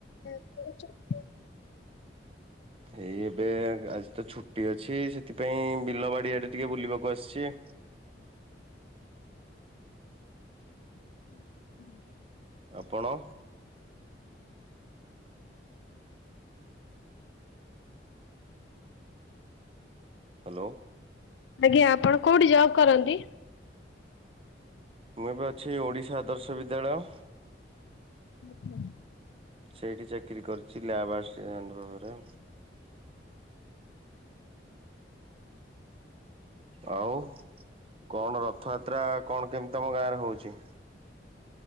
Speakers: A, on the left; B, on the right.
A: କୁଆଡେ ଯାଉଛ କି?
B: ଏଇ ଏବେ ଆଜି ତ ଛୁଟି ଅଛି ସେଥିପାଇଁ ବିଲବାଡ଼ି ଆଡ଼େ ଟିକେ ବୁଲିବାକୁ ଆସିଛି।
A: ହୁଁ ହୁଁ।
B: ଆପଣ? ହାଲୋ।
A: ଆଜ୍ଞା ଆପଣ କୋଉଠି ଜବ୍ କରନ୍ତି?
B: ମୁଁ ଏବେ ଅଛି ଓଡ଼ିଶା ଆଦର୍ଶ ବିଦ୍ୟାଳୟ।
A: ଆଛା।
B: ସେଇଠି ଚାକିରି କରିଛି ଲ୍ୟାବ୍ ଆସିଟାଣ୍ଟର ଭାବରେ। ଆଉ କଣ ରଥଯାତ୍ରା କଣ କେମିତି ତମ ଗାଁ ରେ ହଉଛି?